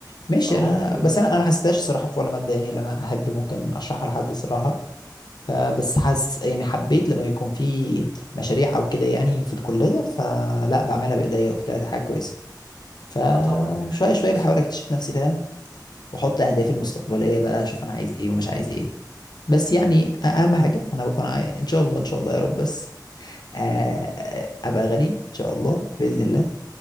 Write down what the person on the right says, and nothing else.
فممكن
اه طبعا دي حاجه
كويسه